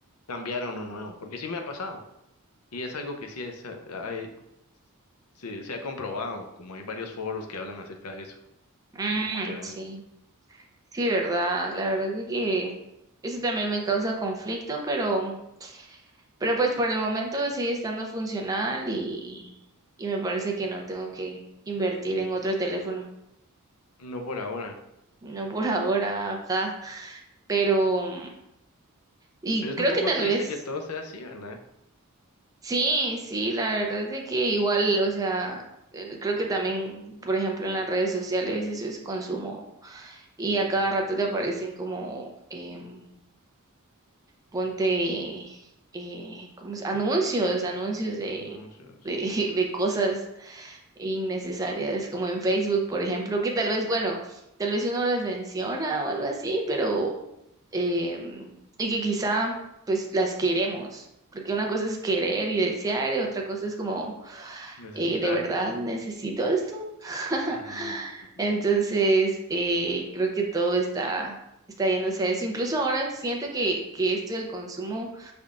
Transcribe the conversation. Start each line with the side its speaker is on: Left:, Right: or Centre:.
Left: cambiar a uno nuevo, porque sí me ha pasado. Y es algo que sí es, ah, hay- se, se ha comprobado, como hay varios foros que hablan acerca de eso
Right: Mm,
Left: y cómo te venden.
Right: sí, sí, ¿verdad? La verdad es que eso también me causa conflicto, pero, pero pues por el momento sigue estando funcional y, y me parece que no tengo que invertir en otro teléfono.
Left: No por ahora.
Right: No por ahora, ajá. Pero. Y
Left: Pero es
Right: creo
Left: un poco
Right: que tal
Left: triste
Right: vez,
Left: que todo sea así, ¿verdad?
Right: sí, sí, la verdad es de que igual, o sea, eh, creo que también, por ejemplo, en las redes sociales eso es consumo y a
Left: Ujú.
Right: cada rato te aparecen como, em, ponte, eh, ¿cómo es? Anuncios, anuncios de,
Left: Anuncios.
Right: de, <laughs> de cosas innecesarias, como en Facebook, por ejemplo, que tal vez, bueno, tal vez uno las menciona o algo así, pero, em, y que quizá, pues, las queremos, porque una cosa es querer y desear, y otra cosa es como,
Left: Necesitar.
Right: eh, ¿de verdad necesito esto? <laughs>
Left: Ujú, ujú.
Right: Entonces, eh, creo que todo está, está yéndose a eso. Incluso ahora siento que, que esto del consumo